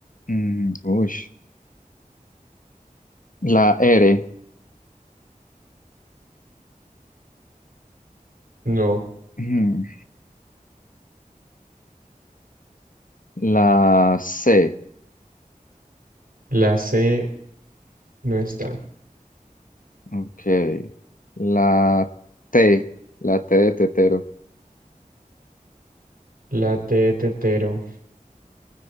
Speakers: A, on the left; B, on the right.
A: Mm, uy. La R.
B: No.
A: <clears throat> Ujú. La C.
B: La C, no está.
A: Ok. La T. La T de tetero.
B: La T, de tetero,